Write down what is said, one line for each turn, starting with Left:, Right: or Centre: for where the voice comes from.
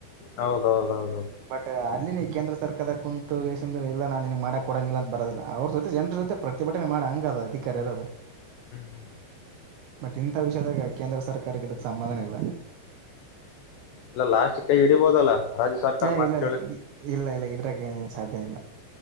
Left: ಹೌದೌದೌದು ಹ್ಮ್
Right: ಬಟ್ ಅಲ್ಲಿ ನೀ ಕೇಂದ್ರ ಸರ್ಕಾರದ ಕುಂತ್ ವೇಸ್ಟ್ ಅಂದ್ರೆ ಇಲ್ಲ ನಾನ್ ಮಾಡಕ್ ಕೊಡಂಗಿಲ್ಲ ಅಂತ ಬರೋದಿಲ್ಲ ಅವ್ರ ಜೊತೆ ಜನರ ಜೊತೆ ಪ್ರತಿಭಟನೆ ಮಾಡಿ ಹಂಗ ಅಧಿಕಾರಿ ಇರೋದು
Left: ಹ್ಮ್
Right: ಬಟ್ ಇಂಥ ವಿಷಯದಾಗ ಕೇಂದ್ರ ಸರ್ಕಾರಕ್ಕೆ ಅದಕ್ ಸಂಬಂಧನೆ ಇಲ್ಲ
Left: ಇಲ್ಲ ಲಾಸ್ಟ್ ಕೈ ಹಿಡಿಬೋದಲ್ಲ ರಾಜ್ಯ ಸರ್ಕಾರ
Right: ಹ
Left: ಮಾತ್
Right: ಇಲ್ಲ
Left: ಕೇಳಿಕ್
Right: ಇಲ್ಲ ಇಲ್ಲ ಇಲ್ಲ ಇದ್ರಾಗ ಸಾಧ್ಯನಿಲ್ಲ